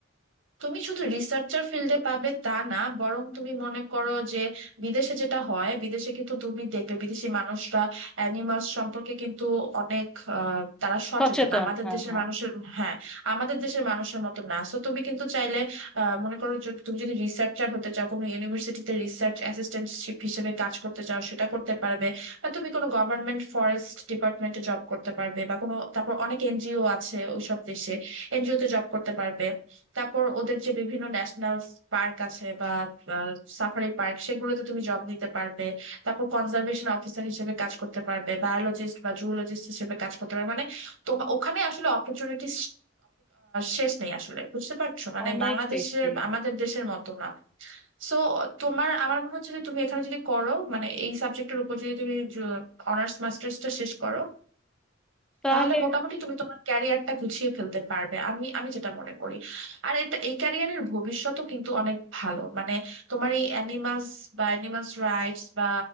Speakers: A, on the right; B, in the centre.
A: তুমি শুধু রিসার্চার ফিল্ডে পাবে তা না বরং তুমি মনে করো যে বিদেশে যেটা হয় বিদেশে কিন্তু তুমি দেখবে বিদেশি মানুষরা অ্যানিমালস সম্পর্কে কিন্তু অনেক আহ, তারা সচেতন
B: সচেতন
A: আমাদের
B: হ্যাঁ
A: দেশের
B: হ্যাঁ
A: মানুষের হ্যাঁ আমাদের দেশের মানুষের মতো না তো তুমি কিন্তু চাইলে আহ, মনে করো যদি- তুমি যদি রিসার্চার হতে চাও কোনো ইউনিভার্সিটিতে রিসার্চ অ্যাসিস্ট্যান্টশিপ হিসেবে কাজ করতে চাও সেটা করতে পারবে বা তুমি কোনো গভর্নমেন্ট ফরেস্ট ডিপার্টমেন্টে জব করতে পারবে বা কোনো তারপর অনেক এনজিও আছে ওইসব দেশে এনজিওতে জব করতে পারবে তারপর ওদের যে বিভিন্ন ন্যাশনাল পার্ক আছে বা সাফারি পার্ক সেগুলোতে তুমি জব নিতে পারবে তারপর কনজারভেশন অফিসার হিসেবে কাজ করতে পারবে বায়োলজিস্ট বা জুলজিস্ট হিসেবে কাজ করতে পারবে মানে তোমার ওখানে আসলে অপরচুনিটি শেষ নেই আসলে বুঝতে পারছো মানে
B: অনেক
A: বাংলাদেশের
B: বেশি
A: আমাদের দেশের মতো না সো তোমার আমার মনে হচ্ছে যে তুমি এখানে যদি করো মানে এই সাবজেক্টের উপর যদি তুমি অনার্স মাস্টার্সটা শেষ করো
B: তাহলে
A: তাহলে মোটামুটি তুমি তোমার ক্যারিয়ারটা গুছিয়ে ফেলতে পারবে আমি আমি যেটা মনে করি আর এটা এই ক্যারিয়ারের ভবিষ্যতও কিন্তু অনেক ভালো মানে তোমার এই অ্যানিমালস বা অ্যানিমালস রাইটস বা